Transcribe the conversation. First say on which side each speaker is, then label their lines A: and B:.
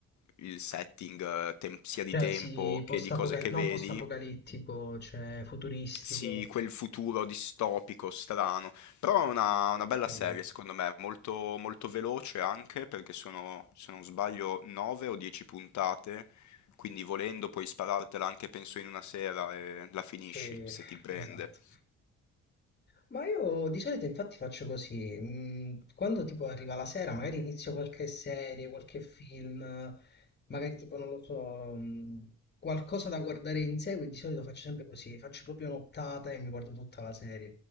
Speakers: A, on the left; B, on the left.
A: il setting eh, tem- sia
B: Cioè,
A: di tempo
B: sì, post-apocal-
A: che di cose che
B: no,
A: vedi,
B: post-apocalittico, cioè futuristico.
A: sì, quel futuro distopico, strano, però è una, una bella
B: Capito?
A: serie secondo me, molto, molto veloce anche perché sono, se non sbaglio, 9 o 10 puntate, quindi volendo puoi sparartela anche penso in una sera e la finisci
B: Sì,
A: se ti prende.
B: esatto. Ma io di solito infatti faccio così, mm, quando tipo arriva la sera magari inizio qualche serie, qualche film, magari tipo non lo so, mm, qualcosa da guardare in seguito, di solito faccio sempre così, faccio proprio un'ottata e mi guardo tutta la serie.